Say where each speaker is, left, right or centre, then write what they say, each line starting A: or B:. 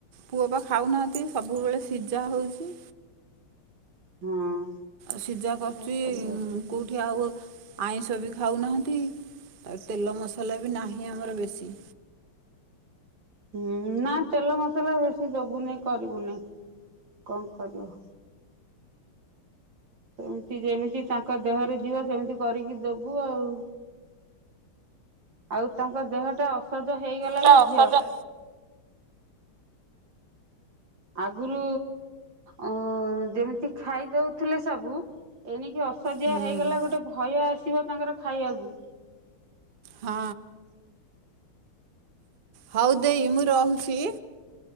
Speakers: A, on the right (about 85°); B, on the right (about 60°).
A: ପୁଅ ପା ଖାଉନାହାନ୍ତି ସବୁବେଳେ ସିଝା ହଉଛି।
B: ହଁ।
A: ସିଝା କରୁଛି
B: କଣ କରିବ?
A: କଉଠି ଆଉ ଆଇଁଷ ବି ଖାଉନାହାନ୍ତି। ଆଉ ତେଲ ମସଲା ବି ନାହିଁ ଆମର ବେଶୀ।
B: ହୁଁ ନା ତେଲ ମସଲା ବେଶୀ ଦବୁନି କରିବୁନି କଣ କରିବ। ସେମିତି ଯେମିତି ତାଙ୍କ ଦେହରୁ ଯିବ ସେମିତି କରିକି ଦବୁ ଆଉ। ଆଉ ତାଙ୍କ ଦେହ ଟା ଅସଧ ହେଇଗଲା
A: ଟା
B: ଲ
A: ଅସଜ
B: ଝିଅ। ଆଗରୁ ଅ ଯେମିତି ଖାଇଦଉଥିଲେ ସବୁ ଏଣିକି ଅସହଆ
A: ହୁଁ
B: ହେଇଗଲା ଗୋଟେ ଭୟ ଆସିବ ତାଙ୍କର ଖାଇବାକୁ।
A: ହଁ। ହଉ ଦେଇ ମୁଁ ରହୁଛି।